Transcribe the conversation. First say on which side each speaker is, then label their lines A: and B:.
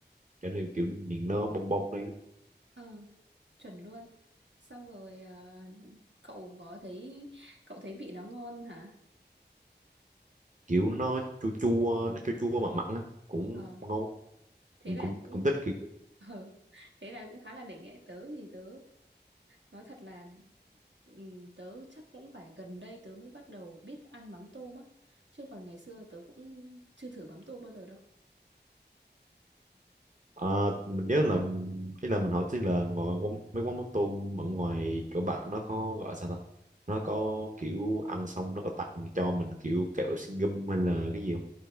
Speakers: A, on the right; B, on the right.
A: cho nên kiểu miệng nó bong bong lên
B: ừ, chuẩn luôn xong rồi à, cậu có thấy cậu thấy vị nó ngon hả
A: kiểu nó chua chua nó chua chua mặn mặn á cũng
B: ờ
A: ngon
B: thế
A: mình
B: là
A: cũng
B: cũng
A: cũng thích kiểu
B: <laughs> ờ, thế là cũng khá là đỉnh ấy tớ thì tớ nói thật là ừ, tớ chắc cũng phải gần đây tớ mới bắt đầu biết ăn mắm tôm á chứ còn ngày xưa tớ cũng chưa thử mắm tôm bao giờ đâu
A: Ờ, mình nhớ là ý là mình hỏi tí là ngồi quán, mấy quán mắm tôm ở ngoài chỗ bạn nó có gọi sao ta nó có kiểu ăn xong nó có tặng cho mình kiểu kẹo xin gum hay là cái gì không